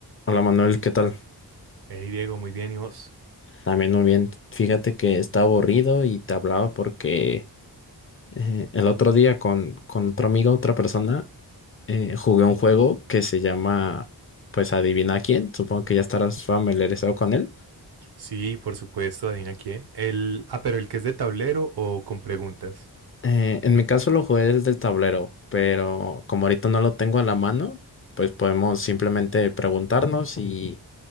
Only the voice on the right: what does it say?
Hey Diego, muy bien, ¿y vos?
Sí, por supuesto, adivina quién. El, ah, pero el que es de tablero o con preguntas.